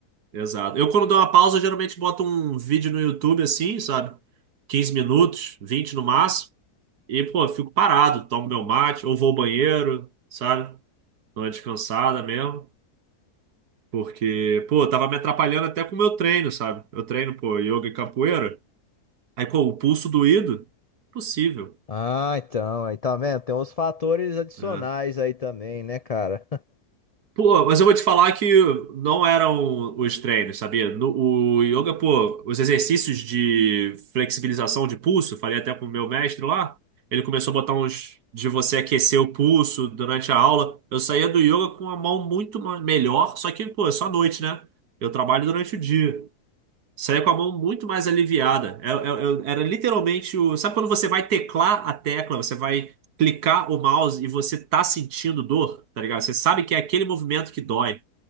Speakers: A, on the right; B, on the left.
A: Exato. Eu, quando dou uma pausa, geralmente boto um vídeo no YouTube assim, sabe? quinze minutos, 20 no máximo. E, pô, fico parado, tomo meu mate, ou vou ao banheiro, sabe? Dou uma descansada mesmo. Porque, pô, tava me atrapalhando até com o meu treino, sabe? Eu treino, pô, yoga e capoeira. Aí, pô, o pulso doído, possível.
B: Ah, então, aí tá vendo? Tem uns fatores adicionais
A: É,
B: aí também, né, cara?
A: Pô, mas eu vou te falar que não eram os treinos, sabia? No- o yoga, pô, os exercícios de flexibilização de pulso, falei até com o meu mestre lá, ele começou a botar uns de você aquecer o pulso durante a aula. Eu saía do yoga com a mão muito ma- melhor, só que, pô, é só à noite, né? Eu trabalho durante o dia. Saiu com a mão muito mais aliviada. Eu- eu- eu- Era literalmente o. Sabe quando você vai teclar a tecla, você vai clicar o mouse e você tá sentindo dor, tá ligado? Você sabe que é aquele movimento que dói.